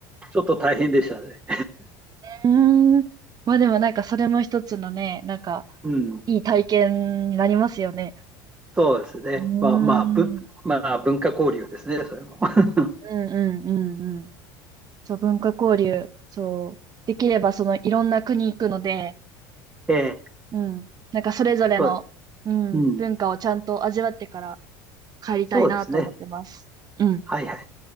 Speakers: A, on the right (about 15°); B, on the right (about 40°).
A: ちょっと大変でしたね。
B: うーん。まあでもなんかそれも一つのね、なんか
A: うん、
B: いい体験になりますよね。
A: そうですね。
B: うーん。
A: まあ、まあ、ぶまあ、
B: うん
A: 文化交流ですね、それも。<laughs>
B: うんうんうん。そう、文化交流。そう。できればそのいろんな国行くので、
A: えー
B: うん。なんかそれぞれの、
A: そう、
B: うん、
A: うん、
B: 文化をちゃんと味わってから帰りたいなと思ってます。
A: そうですね。
B: うん。
A: はいはい。